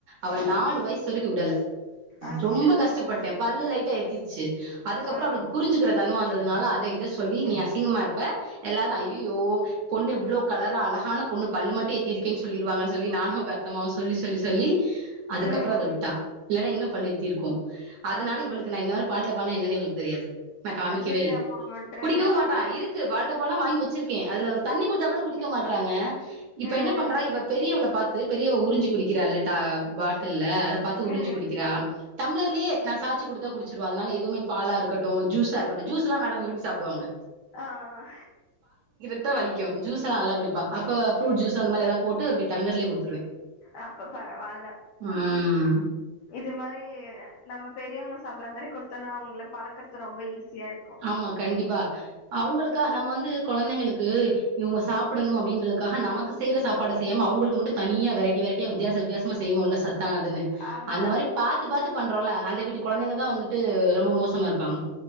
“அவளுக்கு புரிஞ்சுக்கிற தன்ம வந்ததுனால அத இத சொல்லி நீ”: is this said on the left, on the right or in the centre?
Right